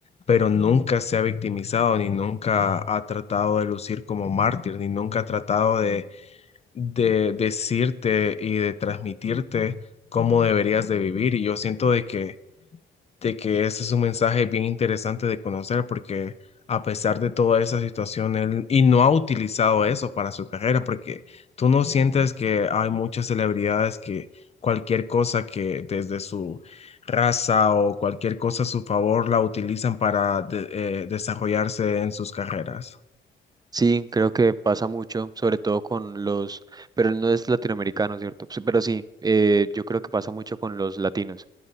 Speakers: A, on the left (about 30°); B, on the right (about 20°).
A: pero nunca se ha victimizado, ni nunca ha tratado de lucir como mártir, ni nunca ha tratado de, de decirte y de transmitirte cómo deberías de vivir. Y yo siento de que de que ese es un mensaje bien interesante de conocer porque a pesar de toda esa situación, él y no ha utilizado eso para su carrera porque tú no sientes que hay muchas celebridades que cualquier cosa que desde su raza o cualquier cosa a su favor la utilizan para de- eh, desarrollarse en sus carreras?
B: Sí, creo que pasa mucho, sobre todo con los, pero él no es latinoamericano, ¿cierto? Sí, Pero sí, eh, yo creo que pasa mucho con los latinos,